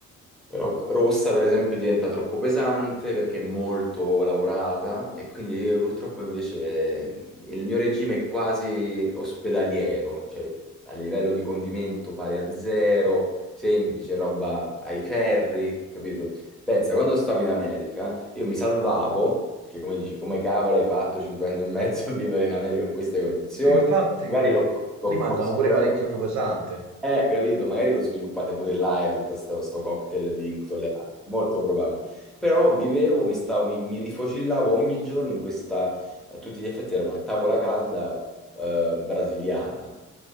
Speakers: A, in the centre; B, on the right (about 65°).
A: Però rossa, per esempio, diventa troppo pesante perché è molto lavorata e quindi io purtroppo invece il mio regime è quasi ospedaliero, cioè a livello di condimento pari a zero, semplice, roba ai ferri, capito? Pensa, quando stavo in America io mi salvavo, perché come dici, come cavolo hai fatto cinque anni e mezzo a vivere in America in queste condizioni?
B: Infatti,
A: Magari
B: co-
A: l'ho l'ho
B: lì mangiano
A: sicuramente
B: pure parecchio pesante.
A: eh, capito, magari lo sviluppate pure là, eh, tutto sta- sto cocktail di intolleranza, molto probabile. Però vivevo, mi, stavo, mi, mi rifocillavo ogni giorno in questa, a tutti gli effetti era una tavola calda eh, brasiliana